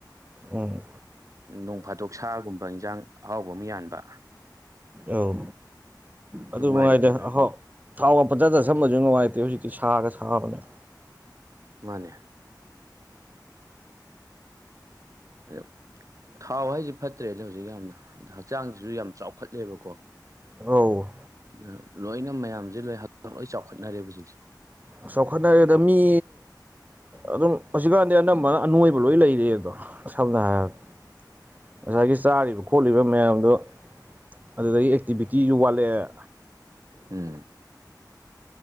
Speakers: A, on the right; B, on the right.
A: ꯎꯝ
B: ꯅꯣꯡ ꯐꯥꯗꯣꯛ ꯁꯥꯒꯨꯝꯕ ꯏꯟꯁꯥꯡ ꯑꯍꯥꯎꯕ ꯑꯃ ꯌꯥꯟꯕ
A: ꯑꯧ ꯑꯗꯨ ꯅꯨꯡꯉꯥꯏꯗꯦ
B: ꯉꯥꯏꯔꯦ ꯀꯩꯅꯣ
A: ꯑꯍꯥꯎ ꯊꯥꯎꯒ ꯐꯖꯗ ꯁꯝꯕꯁꯨ ꯅꯨꯡꯉꯥꯏꯇꯦ ꯍꯧꯖꯤꯛꯇꯤ ꯁꯥꯔꯒ ꯁꯥꯕꯅꯦ
B: ꯃꯥꯅꯦ ꯑꯝ ꯊꯥꯎ ꯍꯥꯏꯁꯤ ꯐꯠꯇ꯭ꯔꯦꯅꯦ ꯍꯧꯖꯤꯛ ꯌꯥꯝꯅ ꯑ ꯍꯛꯆꯥꯡꯁꯤꯁꯨ ꯌꯥꯝ ꯆꯥꯎꯈꯠꯂꯦꯕꯀꯣ
A: ꯑ
B: ꯑꯗꯨ ꯂꯣꯏꯅ ꯃꯌꯥꯝꯁꯦ ꯂꯣꯏ ꯍ ꯂꯣꯏ ꯆꯥꯎꯈꯠꯅꯔꯦꯕ ꯍꯧꯖꯤꯛꯁꯦ
A: ꯆꯥꯎꯈꯠꯅꯔꯤꯦꯗ
B: ꯑꯗꯨ
A: ꯃꯤ ꯑꯗꯨꯝ ꯍꯧꯖꯤꯛꯀꯥꯟꯗꯤ ꯑꯅꯝꯕꯅ ꯑꯅꯣꯏꯕ ꯂꯣꯏ ꯂꯩꯔ ꯑꯗꯣ ꯁꯝꯅ ꯍꯥꯏꯔꯕꯒ ꯉꯁꯥꯏꯒꯤ ꯆꯥꯔꯤꯕ ꯈꯣꯠꯂꯤꯕ ꯃꯌꯥꯝꯗꯣ ꯑꯗꯨꯗꯒꯤ ꯑꯦꯛꯇꯤꯚꯤꯇꯤꯁꯨ ꯋꯥꯠꯂꯛꯑꯦ
B: ꯎꯝ